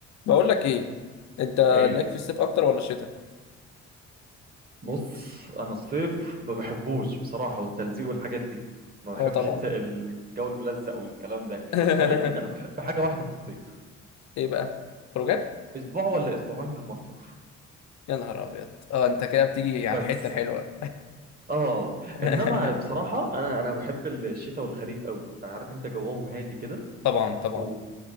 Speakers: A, on the left; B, on the right.
A: بقول لك ايه انت
B: ايه
A: ليك في الصيف اكتر ولا الشتاء
B: بص انا الصيف ما بحبوش بصراحه والتلزيق والحاجات دي ما بحبش
A: اه طبعا
B: الت- الجو الملزق والكلام ده
A: <laughs>
B: ولكن انا بحب حاجه واحده في الصيف
A: ايه بقى خروجات
B: اسبوع ولا اسبوعين المصيف
A: يا نهار ابيض اه انت كده بتيجي على
B: بس
A: الحته الحلوه
B: اه
A: <laughs>
B: انما بصراحه انا انا بحب الشتاء والخريف قوي عارف انت جوهم هادي كده
A: طبعا طبعا
B: و